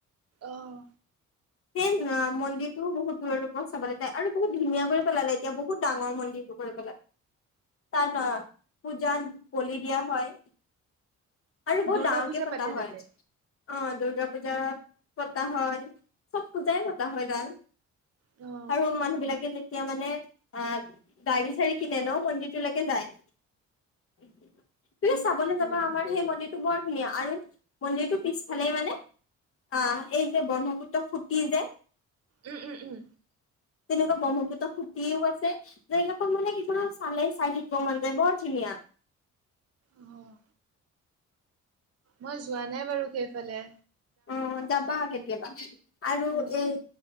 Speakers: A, on the right (about 55°); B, on the left (about 45°).
A: আহ
B: সেই মন্দিৰটো বহুত দূৰৰূৰ পৰা চাবলৈ যায় আৰু বহুত ধুনীয়া কৰি পেলালে এতিয়া বহুত ডাঙৰ মন্দিৰ পেল তাৰ ন পূজ বলি দিয়া হয় আৰু বহুত
A: দুৰ্গা
B: ডাঙক
A: পূজা
B: পতা
A: পাতে
B: হয়
A: তাতে।
B: অ দুূৰ্গা পূজা পতা হয় চব পূজাই পতা হয় গাল
A: অহ
B: আৰু মানুহ বিলাকে যেতিয়া মানে অ গাড় বিচাৰি কিনে ন মন্দিৰটোলৈকে যায় উ তু চাবলৈ
A: অ'।
B: যাবা আমাৰ সেই মন্দিৰটো বৰ ধুনীয়া আৰু মন্দিৰটো পিছফালে মানে আহ এই যে ব্ৰহ্মপুত্ৰ ফুটি যে
A: উম উম উম
B: তেনেকুৱা ব্ৰহ্মপুত্ৰ ফুটিও আছে যগিলাাক মানে কো চালে চাইডত ব মন যায় বৰ ধুনীয়া <unintelligible>
A: অ' মই যোৱা নাই বাৰু সেইফালে
B: অ যাবা কেতিয়াবা আৰু
A: উম।
B: এই